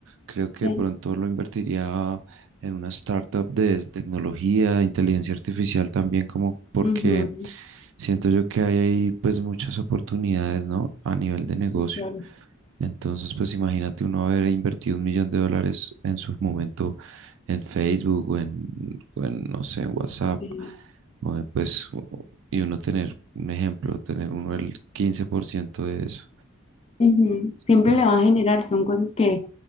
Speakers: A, on the right; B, on the left.
A: Creo que
B: Sí,
A: de pronto lo invertiría en una startup de tecnología, inteligencia artificial también, como porque
B: Ujú,
A: siento yo que hay ahí pues muchas oportunidades, ¿no? A nivel de negocio.
B: sí, claro.
A: Entonces, pues imagínate uno haber invertido un millón de dólares en su momento en Facebook o en, o en, no sé, en WhatsApp,
B: Sí.
A: o en, pues, o- y uno tener un ejemplo, tener uno el 15% de eso.
B: ujú. Siempre
A: Pues,
B: le va a generar, son cosas que,